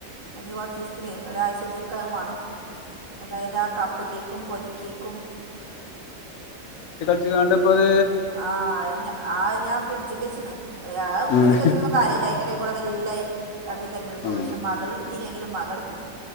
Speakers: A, on the right; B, on the left.
A: അതിഞ് കൊർച്ചീസ്ത്തിനേ ഒരാഴ്ചത്തേക്ക് അത് മാണം. അതായത് ആ കപ്പ് കേക്കും പൊതിക്കേക്കും
B: ഇജ്ജ് കാണ്ടപ്പത്
A: ആഹ് അഹ് ഞാ ആഹ് ഞാൻ ഫ്രഡ്ജ്ക്കെച്ച്ണ്. ആഹ് ഫ്രിഡ്ജ്ക്ക്
B: ഉം.
A: വെച്ചിട്ടൊന്നും കാര്യല്ല. അയ്ന്റെടേ കൂടെ വല്ല അഹ് തപ്പി തെര്ഞെടുക്കും.
B: ഉം.
A: പക്ഷെ മകള്ട്ത്തില്ലെങ്കിലും മകൻ ഇട്ക്കും.